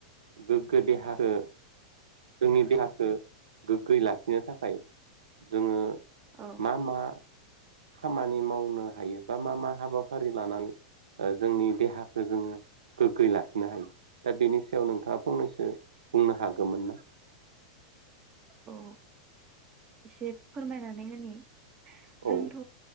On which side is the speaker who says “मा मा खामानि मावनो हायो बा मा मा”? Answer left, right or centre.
Right